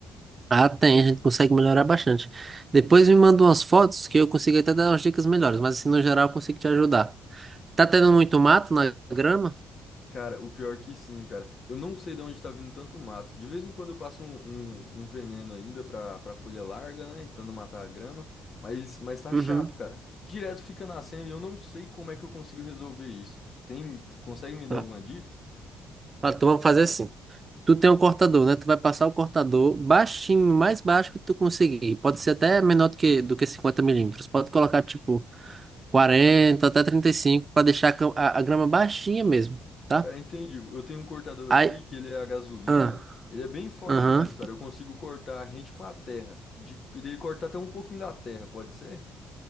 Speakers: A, on the right; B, on the left.
A: Ah, tem, a gente consegue melhorar bastante. Depois me manda umas fotos que eu consigo até dar umas dicas melhores, mas assim, no geral, eu consigo te ajudar. Tá tendo muito mato na grama?
B: Cara, o pior que sim, cara. Eu não sei de onde tá vindo tanto mato. De vez em quando eu passo um, um, um veneno ainda pra, pra folha larga, né? Pra não matar a grama. Mas, mas tá
A: Uhum.
B: chato, cara. Direto fica nascendo e eu não sei como é que eu consigo resolver isso. Tem, consegue me dar
A: Tá.
B: alguma dica?
A: Ah, Então vamos fazer assim. Tu tem um cortador, né? Tu vai passar o cortador baixinho, mais baixo que tu conseguir. Pode ser até menor do que, do que 50 milímetros. Pode colocar, tipo, 40 até 35 para deixar a cam- a- a grama baixinha mesmo. tá?
B: Cara, entendi. Eu tenho um cortador
A: Aí,
B: aqui que ele é a gasolina.
A: ah,
B: Ele é bem forte
A: aham.
B: mesmo, cara. Eu consigo cortar rente com a terra. De, dele cortar até um pouquinho da terra, pode ser?